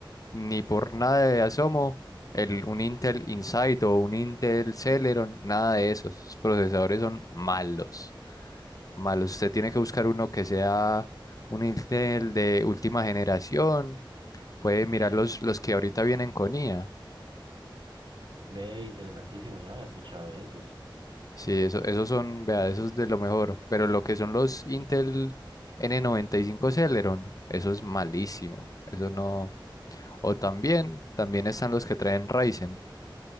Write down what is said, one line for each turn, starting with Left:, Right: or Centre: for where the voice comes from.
Left: ni por nada de asomo el, un Intel Insight o un Intel Celeron, nada de eso. Esos procesadores son malos, malos. Usted tiene que buscar uno que sea un Intel de última generación. Puede mirar
Right: Ok.
Left: los, los que ahorita vienen con IA.
Right: Ve, interesantísimo, yo no había escuchado de esos.
Left: Sí, eso, esos son, vea, esos de lo mejor. Pero lo que son los Intel N95 Celeron, eso es malísimo. Eso no. O también, también están los que traen Ryzen.